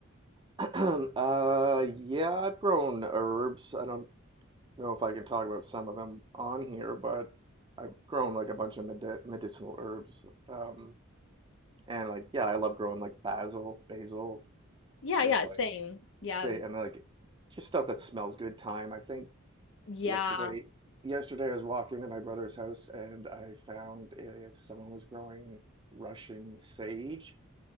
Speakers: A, on the right (about 20°); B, on the left (about 60°).
A: <clears throat> Uh, yeah, I've grown herbs. I don't. know if I can talk about some of them on here, but I've grown like a bunch of medi medicinal herbs. Um, and like, yeah, I love growing like basil, basil.
B: Yeah,
A: There's
B: yeah,
A: like
B: same. Yeah,
A: say and like just stuff that smells good. Thyme. I think
B: yeah,
A: yesterday, yesterday I was walking to my brother's house and I found uh, someone was growing Russian sage.